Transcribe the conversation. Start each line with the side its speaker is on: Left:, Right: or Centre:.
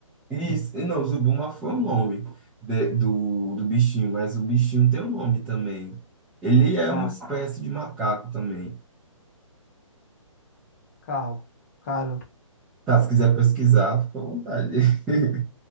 Centre: Isso, não, Zubuma foi o nome de- do, do bichinho, mas o bichinho tem um nome também. Ele é
Left: Tá,
Centre: uma espécie de macaco também.
Left: carro. Cara,
Centre: Tá, se quiser pesquisar, fica à vontade. <laughs>